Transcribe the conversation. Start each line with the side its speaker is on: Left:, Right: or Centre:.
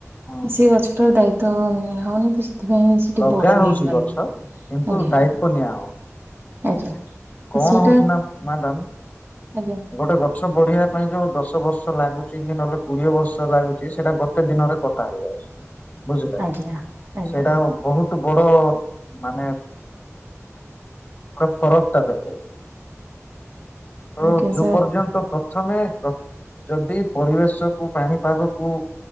Left: ହୁଁ
Right: ସେ ଗଛଟା ର ଦାୟିତ୍ୱ ନିଆ ହଉନି ତ ସେଥିପାଇଁ ସେଠି
Left: ଲଗା
Right: ବଡ
Left: ହଉଛି
Right: ବି ହେଇପାରୁନି
Left: ଗଛ କିନ୍ତୁ
Right: ଆଜ୍ଞା
Left: ଦାୟିତ୍ଵ ନିଆ ହଉନି
Right: ଆଜ୍ଞା। ତ
Left: କଣ
Right: ସେଇଟା
Left: ହଉଛି ନା ମ୍ୟାଡ଼ାମ
Right: ଆଜ୍ଞା।
Left: ଗୋଟେ ଗଛ ବଢିବା ପାଇଁ ଯୋଉ ଦଶ ବର୍ଷ ଲାଗୁଛି କି ନହେଲେ କୋଡିଏ ବର୍ଷ ଲାଗୁଛି ସେଇଟା ଗୋଟେ ଦିନରେ କଟା ହେଇଯାଉଛି। ବୁଝିଲେ
Right: ଆଜ୍ଞା ଆଜ୍ଞା
Left: ସେଇଟା ବହୁତ ବଡ ମାନେ ଟା ଫରକ ଟା ଦେଖ ତ
Right: ଆଜ୍ଞା
Left: ଯୋଉ
Right: ସାର୍
Left: ପର୍ଯ୍ୟନ୍ତ ପ୍ରଥମେ ଯଦି ପରିବେଶକୁ ପାଣିପାଗକୁ